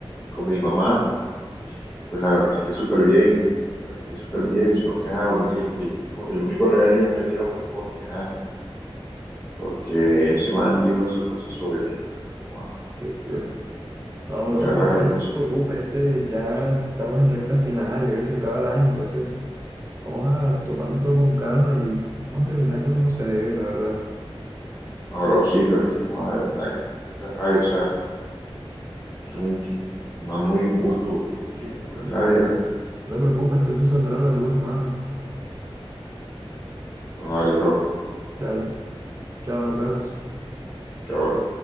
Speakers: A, on the left (about 20°); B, on the right (about 30°).
A: con mi mamá, pues la verdad es que súper bien, la verdad es que súper bien, sino que ajá, el, único- el, el único regaño que me metieron fue porque, ajá, porque ese man dijo esa cosa sobre mí, pero, joda,
B: Listo.
A: entonces,
B: Ahora,
A: mucha
B: pues
A: rabia con
B: no
A: ese
B: te preocupes,
A: man.
B: este, ya estamos en recta final, ya casi se acaba el año, entonces vamos a tomarnos todo con calma y vamos a terminar esto como se debe, la verdad.
A: Ahora sí, pero es que, joda, de verdad que tengo mucha rabia, o sea, es un man muy injusto, chico, la
B: Y
A: rabia.
B: No te preocupes, todo eso saldrá a la luz, hermano.
A: Bueno, dale, bro,
B: Dale, chao, nos vemos.
A: chao, bro.